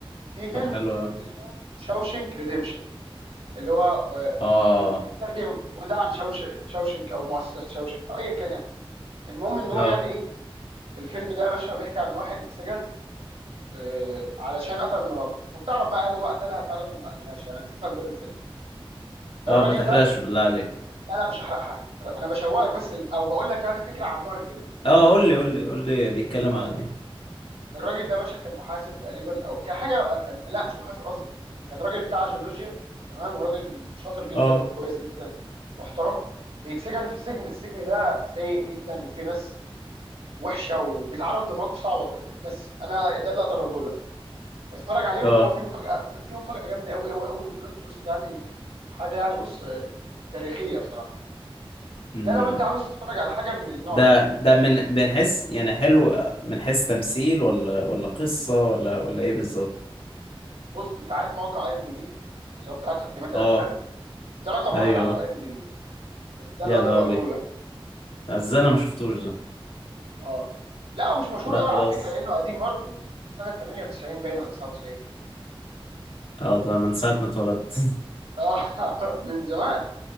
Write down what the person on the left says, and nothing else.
طب حلو أوي.
اه
اه
اه ما تحرقش
بالله عليك
اه قول لي قول لي قول لي بيتكلم
عن ايه
اه
اه
امم
ده
ده من من حيث يعني حلو من حيث تمثيل ولا ولا قصة ولا ولا ايه بالظبط
اه
ايوه
يا
لهوي
ده ازاي انا ما شفتوش ده
لا
خلاص
اه ده من ساعة ما اتولدت <laughs>